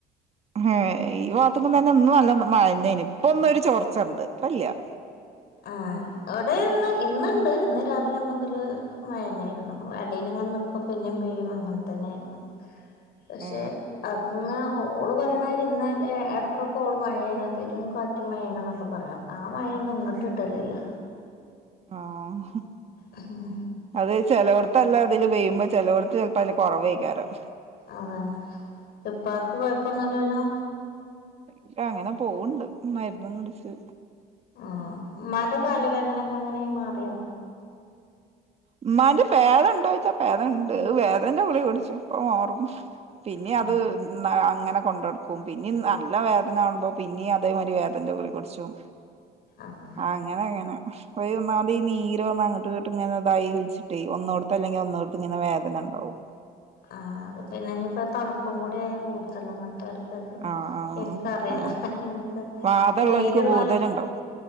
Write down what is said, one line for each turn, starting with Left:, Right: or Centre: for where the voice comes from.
Right: ഹേയ് ഈ വാത്തുമ്മതന്നെ ഒന്നും നല്ല മഴന്നേന്ന് ഇപ്പൊന്നൊരു ചോർച്ചെണ്ട് ഇപ്പല്ല്യാ
Left: ആഹ് അവിടേന്ന് ഇന്നെണ്ട് ഇന്ന് രാവിലെ മൊതല് വേൽന്നെയായിരുന്നു വടിയിൽ ഇങ്ങനെ നിക്കും പിന്നേം പെയ്യും അങ്ങൻതന്നെയാര്ന്നു. പക്ഷേ
Right: ഏ
Left: അത്ന്നാ ഓ ഓള് പറയണാരീ ഇന്നലെ എ എടക്കൊക്കോള് മഴയേണ് പെരും കാറ്റും മഴയേണ് എന്നൊക്കെ പറയാം ആ മഴയെന്നും ഇങ്ങട്ട് ട്ടില്ലല്ലോ
Right: ആഹ്
Left: ഉഹും
Right: അത് ചെലവട്ത്തല്ല അതില് പെയ്യുമ്പോ ചെലർവത്ത് ചെൽപ്പ അയില് കൊറവ് ആയിക്കാരം
Left: അതാണ് ഇപ്പാക്ക് കൊയപ്പൊന്നില്ലല്ലോ?
Right: ഇപ്പ അങ്ങന പോവുണ്ട് മരുന്നും കുടിച്ച്
Left: ആഹ് ഉമ്മാന്റ കാല് വേദനക്കെങ്ങനേയ്യ് മാറിയാ
Right: ഉമ്മാന്റ പേദെണ്ടോയിച്ചാ പേദെണ്ട് വേദൻന്റ ഗുളിക കുടിച്ച അപ്പമാറും. പിന്നെ
Left: ആഹ്
Right: അത് ഉം ആ അങ്ങന കൊണ്ടടക്കും പിന്നേം നല്ല വേദനാവുമ്പോപിന്നേം അതേമാതിരി വേദൻന്റ ഗുളിക കുടിച്ചും
Left: ആഹ്
Right: ആഹ് അങ്ങനങ്ങനെ പോയി ഒന്നാമതീ നീര് വന്നങ്ങട്ട് ട്ട് ഇങ്ങെനതായീ വലിച്ചിട്ടേ ഒന്നോടത്തല്ലെങ്കി ഒന്നോടത്തിങ്ങന വേദന എണ്ടാവും.
Left: ആഹ് അത് പിന്ന ഇനി ഇപ്പ തണുപ്പും കൂടേയായ കൂടുതലാ അങ്ങൻത്തൊരു
Right: ആഹ്
Left: എൻക്കറിയാ
Right: ആഹ്
Left: ഇങ്ങക്ക്
Right: വാദമുള്ളവർക്ക്
Left: ഈ നീരുള്ളോല
Right: കൂടുതലുണ്ടാവും